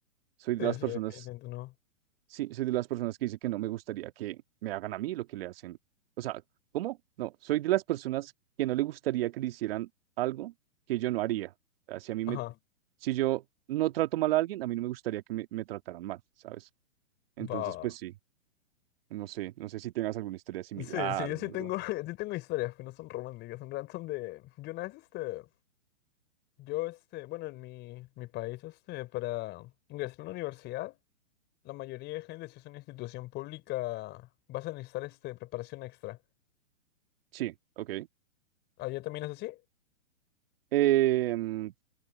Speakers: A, on the right; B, on the left.
A: soy de
B: Sí,
A: las
B: sí,
A: personas,
B: definitivamente no.
A: sí, soy de las personas que dice que no me gustaría que me hagan a mí lo que le hacen. O sea, ¿cómo? No, soy de las personas que no le gustaría que le hicieran algo que yo no haría. O sea, si a mí me,
B: Ajá.
A: si yo no trato mal a alguien, a mí no me gustaría que me, me trataran mal, ¿sabes? Entonces,
B: Va.
A: pues
B: va.
A: sí. No sé, no sé si tengas alguna historia similar
B: Sí, sí, yo
A: o
B: sí
A: algo.
B: tengo, <laughs> sí tengo historias que no son románticas, en realidad son de. Yo una vez este. Yo este, bueno, en mi, mi país, este, para ingresar a una universidad, la mayoría de gente, si es una institución pública, vas a necesitar este preparación extra.
A: Sí, ok.
B: ¿Allá también es así?
A: Em,